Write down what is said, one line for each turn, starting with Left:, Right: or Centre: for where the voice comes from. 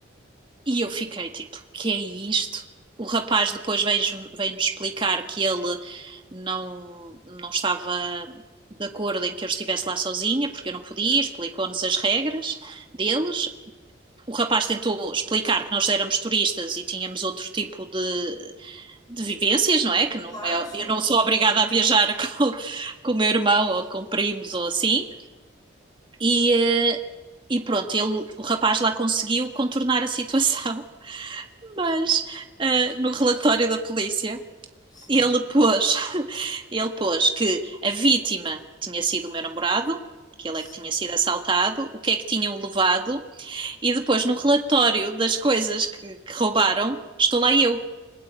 Right: e eu fiquei tipo, que é isto? O rapaz depois veio- veio-nos veio explicar que ele não, não estava de acordo em que eu estivesse lá sozinha, porque eu não podia,
Left: Pois,
Right: explicou-nos as regras deles. O rapaz tentou explicar que nós éramos turistas e tínhamos outro tipo de de vivências, não é? Que não
Left: claro,
Right: é,
Left: sim,
Right: eu não sou
Left: exatamente.
Right: obrigada a viajar <laughs> com, com o meu irmão ou com primos ou assim. E, eh, e pronto, ele, o rapaz lá conseguiu contornar a situação, <laughs> mas eh, no relatório da polícia
Left: Sim,
Right: ele pôs, ele pôs que a vítima tinha sido o meu namorado, que ele
Left: certo.
Right: é que tinha sido assaltado, o que é que tinham levado, e depois no relatório das coisas que, que roubaram, estou lá eu.